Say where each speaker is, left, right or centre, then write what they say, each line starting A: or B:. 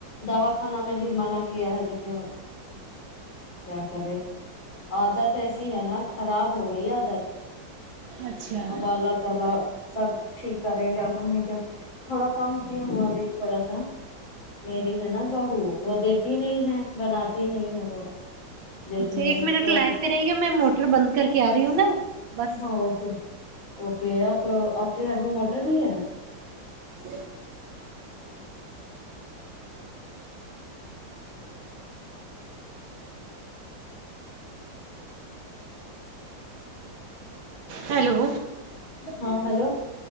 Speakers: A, on the left; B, on the right.
A: دوا خانا میں بھی منع کیا ہے لیکن کیا کرے عادت ایسی ہے نا خراب ہو گئی عادت
B: اچھا
A: اب اللہ تعالی سب ٹھیک کریں گے اب ہمے کے تھوڑا کم کی ہوں ابھی تھوڑا سا میری
B: اچھا
A: ہے نا بہو وہ دیتی نہیں ہے بناتی نہیں ہے وہ دیتی
B: اچھا
A: نہیں
B: ایک
A: ہے
B: منٹ
A: تھوڑا
B: لائن
A: سا
B: پہ رہی گا میں موٹر بند کر کے آ رہی ہوں نا بس
A: ہاں اوکے اوکے آپ آپ کے گھر میں موٹر بھی ہے
B: ج ہیلو
A: ہاں ہلو